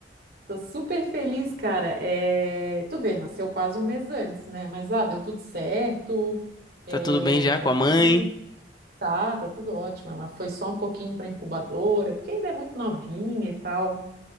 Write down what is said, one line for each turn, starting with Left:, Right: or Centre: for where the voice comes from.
Right: tô super feliz, cara. É, Tu vê, nasceu quase um mês antes, né? Mas ah, deu tudo certo. É,
Left: Tá tudo bem já
Right: Ela
Left: com a mãe?
Right: só foi. Tá, tá tudo ótimo. Ela foi só um pouquinho para incubadora, porque ainda é muito novinha e tal.